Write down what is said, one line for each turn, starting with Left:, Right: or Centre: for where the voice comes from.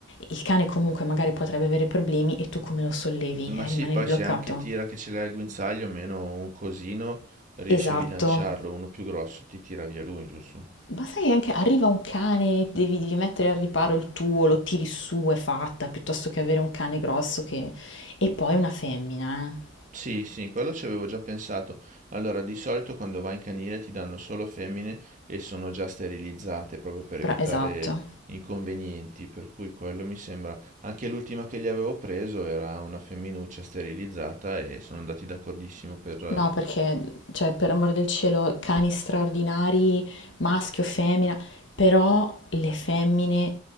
Left: il cane comunque magari potrebbe avere problemi e tu come lo sollevi?
Right: Ma
Left: Eh,
Right: sì,
Left: rimane
Right: poi
Left: lì bloccato?
Right: se anche tira che ce l'hai al guinzaglio, meno un cosino, riesci
Left: Esatto.
Right: a bilanciarlo, uno più grosso ti tira via lui, giusto?
Left: Ma sai che anche arriva un cane, devi, devi mettere al riparo il tuo, lo tiri su, è fatta, piuttosto che avere un cane grosso che... E poi una femmina, eh.
Right: Sì, sì, quello ci avevo già pensato. Allora, di solito quando vai in canile ti danno solo femmine e sono già sterilizzate proprio per evitare
Left: Però esatto.
Right: inconvenienti, per cui quello mi sembra... Anche l'ultima che gli avevo preso era una femminuccia sterilizzata e sono andati d'accordissimo per... eh.
Left: No, perché, cioè, per amor del cielo, cani straordinari, maschio, femmina, però le femmine